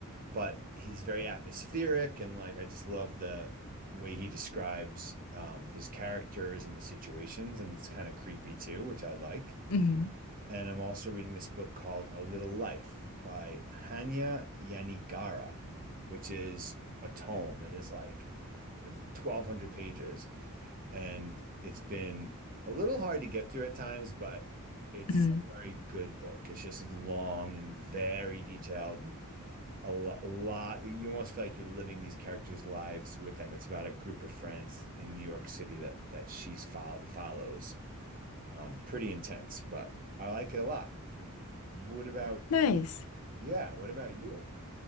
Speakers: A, on the right; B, on the left.
A: but he's very atmospheric and like I just love the way he describes um, his characters and the situations, and it's kind of creepy too, which I like.
B: Mm-hmm.
A: And I'm also reading this book called A Little Life by Hanya Yanigara, which is a tome. It is like 1,200 pages, and it's been a little hard to get through at times, but it's
B: Mm-hmm.
A: a very good book. It's just long and very detailed, and a lot, a lot. You almost feel like you're living these characters' lives with them. It's about a group of friends in New York City that that she's fo- follows. Um, pretty intense, but I like it a lot. What about,
B: Nice.
A: yeah, what about you?